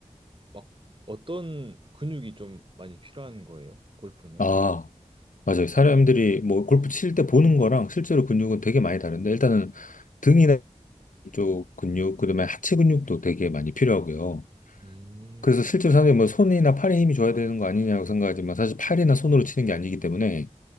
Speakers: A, on the right; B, on the left.
A: 막 어떤 근육이 좀 많이 필요한 거예요? 골프는?
B: 아, 맞아요. 사람들이 뭐 골프 칠 때 보는 거랑 실제로 근육은 되게 많이 다른데 일단은 등이나 이쪽 근육, 그다음에 하체 근육도 되게 많이 필요하고요.
A: 음,
B: 그래서 실제로 사람들이 뭐 손이나 팔에 힘이 줘야 되는 거 아니냐고 생각하지만 사실 팔이나 손으로 치는 게 아니기 때문에